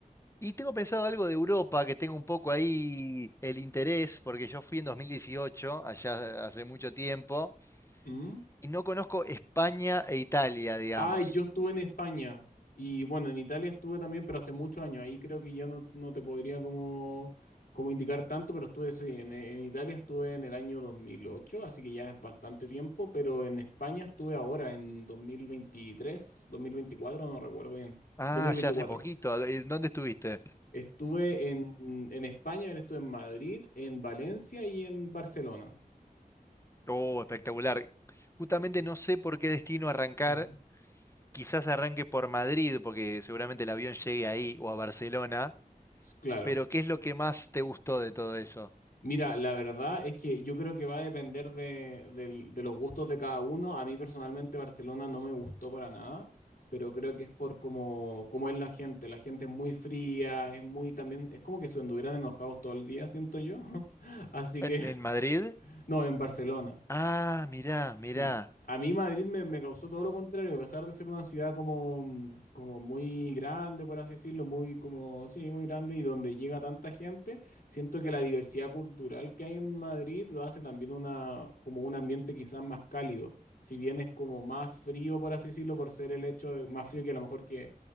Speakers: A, on the left (about 20°); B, on the left (about 75°).
A: Y tengo pensado algo de Europa, que tengo un poco ahí el interés, porque yo fui en 2018, allá hace mucho tiempo,
B: ¿Mm?
A: y no conozco España e Italia, digamos.
B: Ah, yo estuve en España y bueno, en Italia estuve también, pero hace muchos años. Ahí creo que ya no, no te podría como, como indicar tanto, pero estuve sí, en, en Italia estuve en el año 2008, así que ya es bastante tiempo, pero en España estuve ahora, en dos dos mil veintitrés, dos mil veinticuatro, no recuerdo bien.
A: Ah,
B: Dos mil veinticuatro.
A: ya hace poquito. ¿en ¿Dónde estuviste?
B: Estuve en, en España, estuve en Madrid, en Valencia y en Barcelona.
A: Oh, espectacular. Justamente no sé por qué destino arrancar.
B: Ujú.
A: Quizás arranque por Madrid, porque seguramente el avión llegue ahí o a Barcelona.
B: S- Claro.
A: Pero ¿qué es lo que más te gustó de todo eso?
B: Mira, la verdad es que yo creo que va a depender de, del- de los gustos de cada uno. A mí personalmente Barcelona no me gustó para nada, pero creo que es por cómo, cómo es la gente. La gente es muy fría, es muy también, es como que se anduvieran enojados todo el día, siento yo. <laughs> Así
A: ¿En,
B: que,
A: en Madrid?
B: <laughs> no, en Barcelona.
A: Ah, mirá,
B: Sí.
A: mirá.
B: A mí Madrid me, me causó todo lo contrario, a pesar de ser una ciudad como, mm, como muy grande, por así decirlo, muy como, sí, muy grande y donde llega tanta gente, siento que la diversidad cultural que hay en Madrid lo hace también una, como un ambiente quizás más cálido. Si bien es como más frío, por así decirlo, por ser el hecho de- más frío que a lo mejor que,